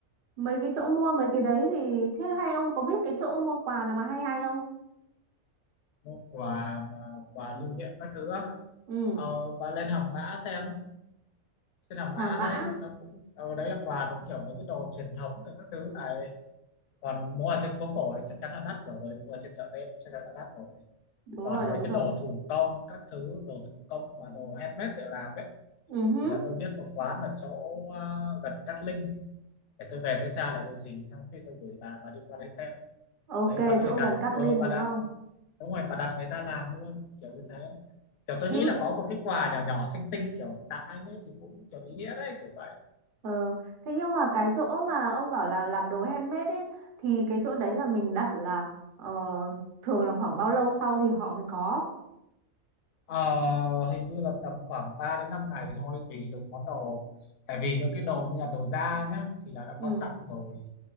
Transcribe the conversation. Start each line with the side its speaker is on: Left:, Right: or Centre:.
Right: mấy cái chỗ mua mấy cái đấy thì thế hay ông có biết cái chỗ mua quà nào mà hay hay không
Left: mua quà mà quà lưu niệm các thứ á
Right: ừ
Left: ờ, và lên Hàng Mã xem trên Hàng Mã
Right: Hàng Mã
Left: đấy nó cũng ờ, đấy là quà cũng kiểu mấy cái đồ truyền thống rồi các thứ này còn mua ở trên phố cổ thì chắc chắn là đắt rồi mua ở trên chợ đêm thì chắc chắn là đắt rồi
Right: đúng
Left: còn
Right: rồi đúng
Left: mấy cái
Right: rồi
Left: đồ thủ công các thứ đồ thủ công và đồ handmade tự làm ấy
Right: ừ hứ.
Left: thì là tôi biết một quán ở chỗ ờ, gần Cát Linh để tôi về tôi tra lại địa chỉ xong khi tôi gửi bà bà đi qua đấy xem
Right: ok
Left: đấy bà có
Right: chỗ
Left: thể đặt
Right: gần Cát
Left: ờ
Right: Linh
Left: bà
Right: đúng
Left: đã
Right: không
Left: đúng rồi và đặt người ta làm luôn kiểu như thế kiểu tôi
Right: thế
Left: nghĩ
Right: m-
Left: là có một cái quà nhỏ nhỏ xinh xinh kiểu tặng anh ấy thì cũng kiểu ý nghĩa đấy kiểu vậy
Right: ờ, thế nhưng mà cái chỗ mà ông bảo là làm đồ handmade ấy thì cái chỗ đấy là mình đặt là ờ, thường là khoảng bao lâu sau thì họ mới có
Left: ờ, hình như là tầm khoảng 3 đến 5 ngày thì thôi tùy từng món đồ tại vì những cái đồ như là đồ da nhá thì là đã
Right: ừ
Left: có sẵn rồi